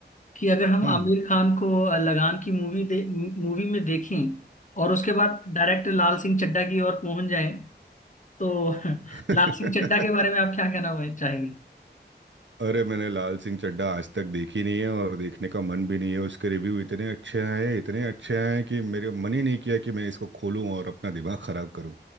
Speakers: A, on the left; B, on the right.
A: कि अगर हम
B: हम्म
A: आमिर खान को अ, लगान की मूवी दे मूवी में देखें और उसके बाद डायरेक्ट लाल सिंह चड्ढा की ओर पहुंच जाए तो <laughs>
B: हम्म
A: लाल सिंह चड्ढा के बारे
B: <laughs>
A: में आप क्या कहना वह- चाहेंगे
B: अरे मैंने लाल सिंह चड्ढा आज तक देखी नहीं है और देखने का मन भी नहीं है उसके रिव्यू इतने अच्छे आए हैं इतने अच्छे आए हैं कि मेरे मन ही नहीं किया कि मैं इसको खोलूं और अपना दिमाग खराब करूं